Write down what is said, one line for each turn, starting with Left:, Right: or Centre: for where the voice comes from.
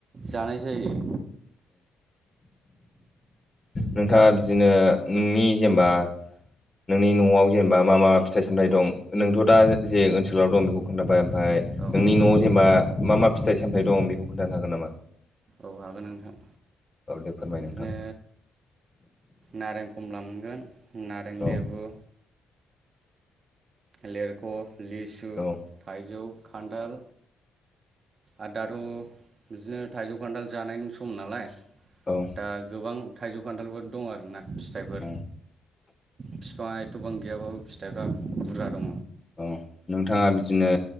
Right: जानाय जायो।
Left: नोंथाङा बिदिनो नोंनि जेनेबा नोंनि न'आव जेनेबा मा मा फिथाइ सामथायाइ दं नोंथ' दा जे ओनसोलाव दं बेखौ खोन्थाबाय ओमफ्राय नोंनि
Right: औ औ
Left: न'आव जेनेबा मा मा फिथाइ सामथाय दं बेखौ खोन्थानो हागोन नामा?
Right: औ हागोन नोंथां।
Left: औ दे फोरमाय
Right: बिदिनो
Left: नोंथां।
Right: नारें कमला मोनगोन नारें लेबु
Left: औ
Right: लेरख' लिसु
Left: औ
Right: थाइजौ खान्थाल आरो दाथ' बिदिनो थाइजौ खान्थाल जानायनि सम नालाय
Left: औ
Right: दा गोबां थाइजौ खान्थालफोर दं आरोना फिथाइफोर
Left: औ
Right: बिफां गोबां गैयाबो फिथाइफ्रा बुरजा दङ
Left: औ नोंथाङा बिदिनो